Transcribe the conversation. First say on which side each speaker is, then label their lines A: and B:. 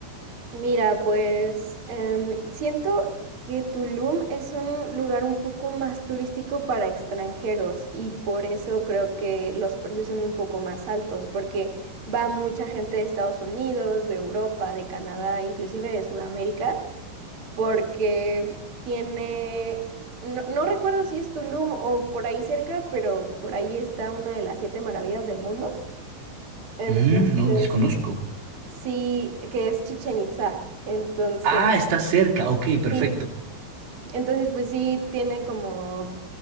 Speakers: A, on the right; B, on the right.
A: Mira, pues em, siento que Tulum es un lugar un poco más turístico para extranjeros y por eso creo que los precios son un poco más altos, porque va mucha gente de Estados Unidos, de Europa, de Canadá, inclusive de Sudamérica, porque tiene, no, no recuerdo si es Tulum o por ahí cerca, pero por ahí está una de las siete maravillas del mundo. Entonces,
B: Mm, no desconozco.
A: sí, que es Chichen Itzá. Entonces...
B: Ah, está cerca. Ok, perfecto.
A: Sí, Entonces, pues sí, tiene como